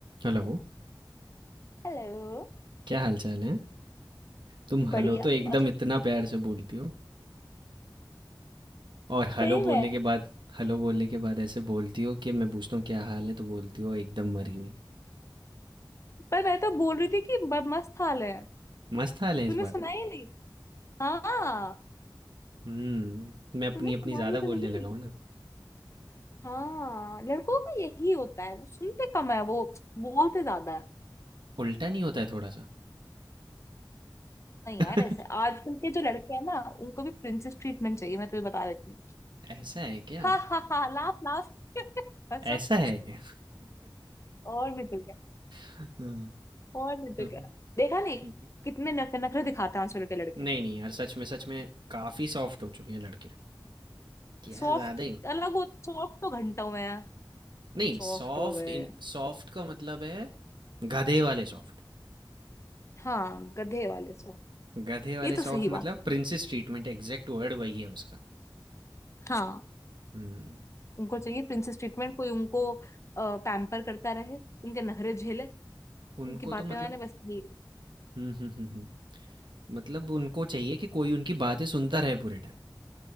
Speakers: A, on the right (about 70°); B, on the left (about 35°).
A: Hello,
B: Hello
A: क्या हालचाल है? तुम
B: बढ़िया
A: हेलो तो एकदम
B: मस्त
A: इतना प्यार से बोलती हो और हेलो
B: सही
A: बोलने
B: में
A: के बाद हेलो बोलने के बाद ऐसे बोलती हो कि मैं पूछता हूँ क्या हाल है तो बोलती हो एकदम मरी हुई
B: पर मैं तो बोल रही थी कि ब- मस्त हाल है
A: मस्त हाल
B: तूने
A: है इस बार
B: सुना ही नहीं हाँ
A: हम्म मैं अपनी
B: तूने
A: अपनी
B: सुना
A: ज्यादा
B: ही तो
A: बोलने
B: नहीं
A: लगा हूँ ना
B: हाँ लड़कों का यही होता है वो सुनते कम है वो बोलते ज्यादा है
A: उल्टा नहीं होता है थोड़ा सा
B: नहीं
A: <laughs>
B: यार ऐसे आजकल के जो लड़के हैं ना उनको भी प्रिंसेस ट्रीटमेंट चाहिए मैं तुझे बता देती हूँ
A: ऐसा है क्या
B: हाँ हाँ हाँ लाफ लाफ <laughs>
A: ऐसा
B: सब
A: है क्या
B: और नहीं तो क्या
A: हाँ, हाँ,
B: और नहीं तो
A: हाँ,
B: क्या देखा नहीं
A: हाँ।
B: कितने नखरे नखरे दिखाते हैं आजकल के लड़के
A: नहीं नहीं यार सच में सच में काफी सॉफ्ट हो चुके हैं लड़के क्या
B: सॉफ्ट
A: ज्यादा ही
B: अलग वो सॉफ्ट तो घंटों में है
A: नहीं
B: सॉफ्ट
A: सॉफ्ट
B: हो गए
A: इन सॉफ्ट का मतलब है गधे वाले सॉफ्ट
B: हाँ गधे वाले सॉफ्ट
A: गधे वाले
B: ये तो
A: सॉफ्ट
B: सही बात
A: मतलब प्रिंसेस ट्रीटमेंट एग्जैक्ट वर्ड वही है उसका
B: हाँ
A: हम्म
B: उनको चाहिए प्रिंसेस ट्रीटमेंट कोई उनको पैम्पर करता रहे उनके नखरे झेले
A: उनको
B: उनकी बातें
A: तो मतलब
B: माने बस ये
A: हम्म हम्म हम्म हम्म, मतलब उनको चाहिए कि कोई उनकी बातें सुनता रहे पूरे टाइम